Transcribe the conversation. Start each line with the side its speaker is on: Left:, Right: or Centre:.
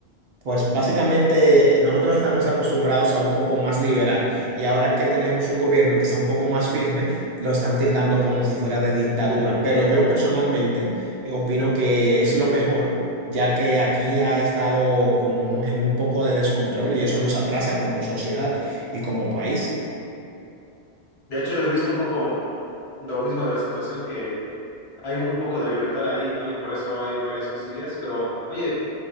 Right: Pues básicamente nosotros estamos acostumbrados a un poco más liberal y ahora que tenemos un gobierno que está un poco más firme, lo están tildando como si fuera de dictadura. Pero yo personalmente eh, opino que es lo mejor, ya que aquí ha estado como un- en un poco de descontrol y eso nos atrasa como sociedad y como país.
Left: De hecho, he visto un poco lo mismo de la situación que hay un poco de libertad ahí, ¿no? Y por eso hay varias cosillas, pero oye,